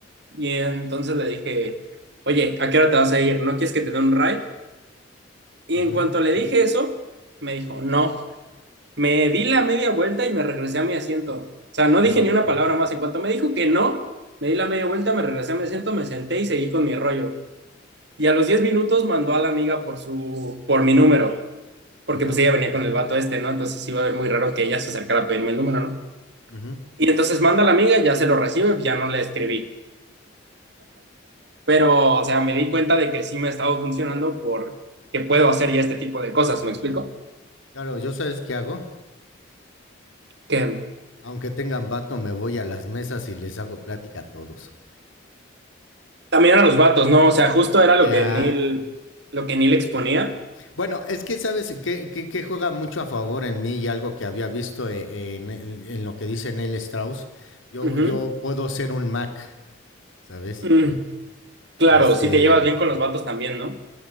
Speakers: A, on the right (about 55°); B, on the left (about 75°).
A: y entonces le dije, oye, ¿a qué hora te vas a ir? ¿No quieres que te dé un ride? Y
B: Ujú,
A: en cuanto le dije eso, me dijo, no. Me di la media vuelta y me regresé a mi asiento. O sea, no
B: ujú,
A: dije ni una palabra más. En cuanto me dijo que no, me di la media vuelta, me regresé a mi asiento, me senté y seguí con mi rollo. Y a los 10 minutos mandó a la amiga por su, por mi número. porque
B: ujú,
A: pues ella venía con el vato este, ¿no? Entonces iba a ver muy raro que ella se acercara a pedirme el número, ¿no?
B: ujú.
A: Y entonces manda a la amiga, ya se lo recibe, pues, ya no le escribí. Pero, o sea, me di cuenta de que sí me ha estado funcionando porque puedo hacer ya este tipo de cosas, ¿me explico?
B: Claro, ¿yo sabes qué hago?
A: Que
B: Aunque tengan vato, me voy a las mesas y les hago plática a todos.
A: también a los vatos, ¿no? O sea, justo era lo
B: Ya.
A: que Neil, lo que Neil exponía.
B: Bueno, es que, ¿sabes que que qué juega mucho a favor en mí? Y algo que había visto e en en en lo que dice Neil Strauss, yo
A: Ujú.
B: yo puedo ser un Mac, ¿sabes?
A: Mm, Claro,
B: Este,
A: si te llevas bien con los vatos también, ¿no?